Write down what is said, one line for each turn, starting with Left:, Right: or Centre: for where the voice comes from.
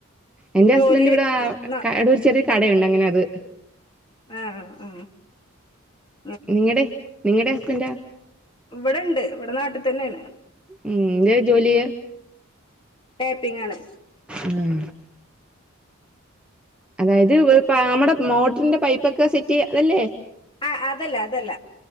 Centre: എന്റെ ഹസ്ബൻഡ്
Left: ജോലി
Centre: ഇവിടെ
Left: ന
Centre: കട ഇവിടെ ചെറിയ ഒരു കട ഉണ്ട് അങ്ങനെ അതു
Left: ആഹ് ആഹ് ആഹ്
Centre: നിങ്ങടെ നിങ്ങടെ സ്ബന്റാ
Left: ഇവിടെണ്ട് ഇവിടെ നാട്ടിതന്നേണ്.
Centre: ഉം എന്താ ജോലി?
Left: ടാപ്പിങ്ങാണ്
Centre: ഉം അതായത് ഇവ പാമട മോട്ടറിന്റെ പൈപ്പൊക്കെ സെറ്റ്ചെയ് അതെല്ലേ
Left: അ അതല്ല അതല്ല